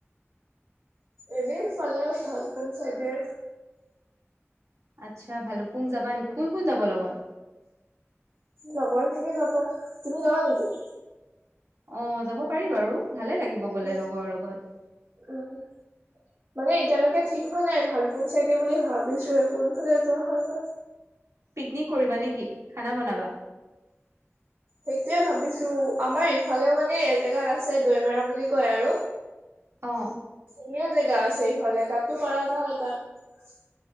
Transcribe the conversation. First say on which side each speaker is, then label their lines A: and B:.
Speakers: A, on the right (about 50°); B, on the right (about 80°).
A: এনেই ফালে ভলোকং চাইদে
B: আচ্ছা ভালুপুং যাবা নেকি কোন কোন যাব লগত
A: লগৰ খিনি যাব তুমি যাবা নেকি
B: অ যাব পাৰি বাৰু ভালে লাগিব গলে
A: উম
B: লগৰ লগত
A: উম মানে এতিয়ালৈকে ঠিক হোৱা নাই ভালপুং চাইকে বুলি ভাবিছোে কোনফালে যোৱা হয় বা
B: পিকনিক কৰিবা নেকি খানা বনাবা
A: সেইটোৱে ভাবিছো আমাৰ ইফালেও মানে এজেগাত আছে দৈমৰা বুলি কয় আৰু
B: অ'
A: ধুনীয়া জেগা আছে ইফালে তাতো পৰাৰা যায় তাত